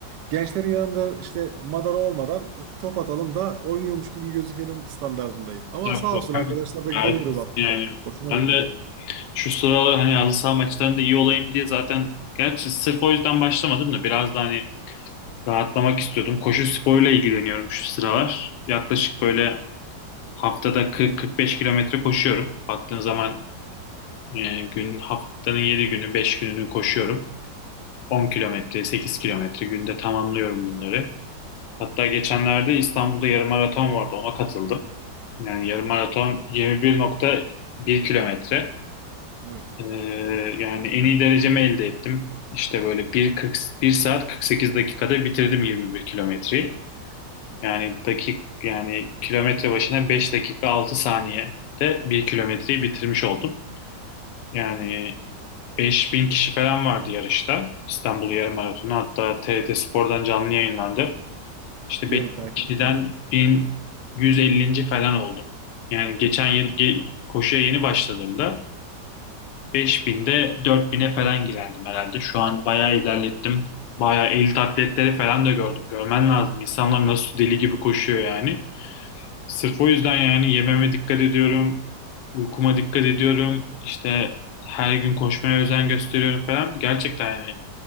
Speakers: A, on the right; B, on the left.
A: Gençlerin yanında işte madara olmadan e, top atalım da oynuyormuş gibi gözükelim standardındayım. Ama
B: Estağfurullah
A: sağ olsun arkadaşlar
B: abi.
A: da güzel
B: Gayet
A: yorum
B: iyisin
A: yapmışlar.
B: yani.
A: Hoşuma
B: Ben
A: gitti.
B: de şu sıralar hani halı saha maçlarında iyi olayım diye zaten gerçi sırf o yüzden başlamadım da biraz da hani Rahatlamak istiyordum. Koşu sporuyla ilgileniyorum şu sıralar. Yaklaşık böyle haftada 40-45 kilometre koşuyorum. Baktığın zaman e, gün haftanın 7 günü 5 gününü koşuyorum. 10 kilometre, 8 kilometre günde tamamlıyorum bunları. Hatta geçenlerde İstanbul'da yarım maraton vardı. Ona katıldım. Yani yarım maraton 21.1 kilometre.
A: Evet.
B: Ee, yani en iyi derecemi elde ettim. İşte böyle 1, 40, 1 saat 48 dakikada bitirdim 21 kilometreyi. Yani dakik yani kilometre başına 5 dakika 6 saniyede bir kilometreyi bitirmiş oldum. Yani 5000 kişi falan vardı yarışta. İstanbul Yarım Maratonu hatta TRT Spor'dan canlı yayınlandı. İşte
A: Biliyorum
B: beş bin
A: takip
B: kişiden
A: ettim.
B: 1150. falan oldum. Yani geçen yıl ge- koşuya yeni başladığımda beş binde dört bin'e falan girerdim herhalde. Şu an bayağı ilerlettim. Bayağı elit atletleri falan da gördüm. Görmen lazım. İnsanlar nasıl deli gibi koşuyor yani. Sırf o yüzden yani yememe dikkat ediyorum, uykuma dikkat ediyorum, işte her gün koşmaya özen gösteriyorum falan. Gerçekten yani